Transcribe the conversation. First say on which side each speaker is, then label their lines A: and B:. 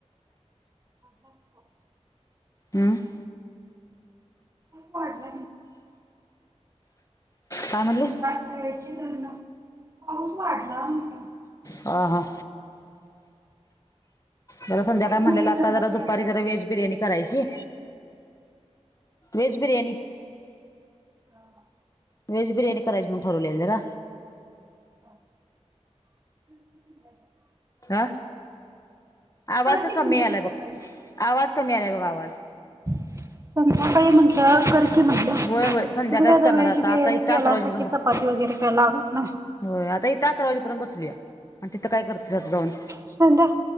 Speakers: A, on the right; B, on the left.
A: वाढला पाऊस
B: हम्म.
A: पडलं.
B: काय म्हणलीस?
A: <inaudible> पाऊस वाढला म्हटलं
B: आ हा. जरा संध्याकाळी
A: दादानगरी
B: म्हटलेलं आता
A: धरणाचा
B: जरा दुपारी
A: काय दरवाजा
B: जरा वेज
A: उघडला
B: बिर्याणी करायची. वेज बिरयाणी.
A: हा हा.
B: व्हेज बिर्याणी करायची म्हणून ठरवलेली जरा.
A: <inaudible>
B: आ आवाज
A: कर की
B: कमी
A: म्हटलं संध्याकाळी
B: आलाय बघ आवाज कमी आलाय बघ आवाज.
A: संध्याकाळी म्हंटलं करकी मग.
B: होय होय संध्याकाळीच
A: तुम्ही काय
B: करणार
A: व्हेज
B: आता
A: बिर्याणी
B: आता इथं
A: केलासा
B: अकरा वाजेपर्यंत
A: कि चपाती वगैरे काही लागत नाही.
B: होय आता इथं अकरा वाजेपर्यंत बसलूया आणि तिथं काय करतीस आता जाऊन.
A: संध्या